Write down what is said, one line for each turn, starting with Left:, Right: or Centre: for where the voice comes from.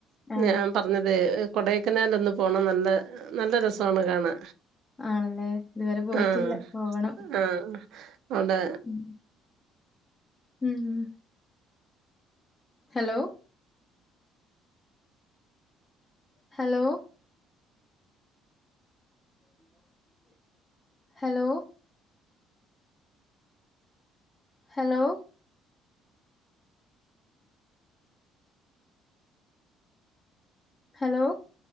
Left: ആ
Right: ഞാൻ പറഞ്ഞത് കൊടക്കനാൽ ഒന്ന് പോണം നല്ല നല്ല രസമാണ് കാണാ
Left: ആണല്ലേ? ഇതുവരെ പോയിട്ടില്ല.
Right: ആഹ്
Left: പോവണം.
Right: ആഹ് അവ്ടെ
Left: ഉം ഉം ഉം ഹെലോ ഹലോ ഉ ഹലോ ഹലോ ഹലോ